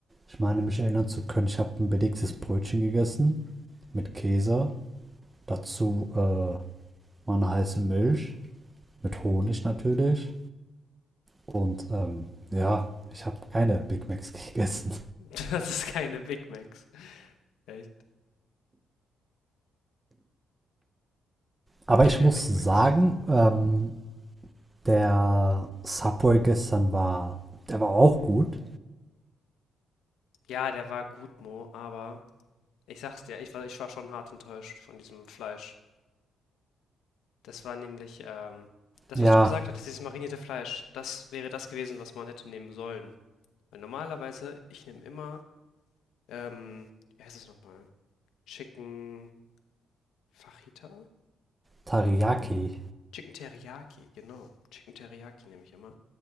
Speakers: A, on the right (about 20°); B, on the left (about 85°).
A: Ich meine, mich erinnern zu können, ich habe ein belegtes Brötchen gegessen mit Käse, dazu äh, meine heiße Milch, mit Honig natürlich. Und ähm, ja, ich habe keine Big Macs <laughs> gegessen.
B: <laughs> Das ist keine Big Macs. Echt?
A: Aber
B: Keine
A: ich muss
B: Big
A: sagen,
B: Macs.
A: ähm, der Subway gestern war, der war auch gut.
B: Ja, der war gut, Mo, aber ich sag's dir, ich war, ich war schon hart enttäuscht von diesem Fleisch. Das war nämlich, ähm, das,
A: Ja,
B: was du gesagt hattest, dieses marinierte Fleisch, das wäre das gewesen, was man hätte nehmen sollen. Weil normalerweise, ich nehme immer, ähm, wie heißt es nochmal? Chicken Fajita?
A: Teriyaki,
B: Chicken Teriyaki, genau. Chicken Teriyaki nehme ich immer.